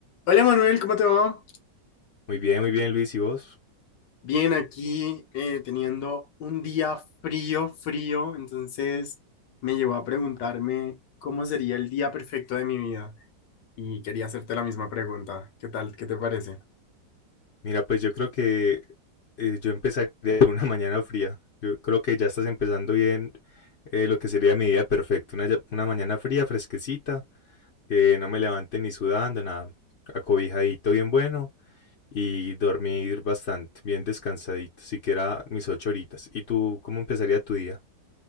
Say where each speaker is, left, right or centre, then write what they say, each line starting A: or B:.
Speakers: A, on the left; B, on the left.
A: Hola Manuel, ¿cómo te va?
B: Muy bien, muy bien, Luis. ¿Y vos?
A: Bien, aquí eh, teniendo un día frío, frío, entonces me llevó a preguntarme cómo sería el día perfecto de mi vida y quería hacerte la misma pregunta. ¿Qué tal? ¿Qué te parece?
B: Mira, pues yo creo que eh, yo empezaría <laughs> por una mañana fría. Yo creo que ya estás empezando bien eh, lo que sería mi día perfecto. Una, ya- una mañana fría, fresquecita, que no me levante ni sudando, nada. Acobijadito, bien bueno. Y dormir bastante, bien descansadito, siquiera mis ocho horitas. ¿Y tú cómo empezaría tu día?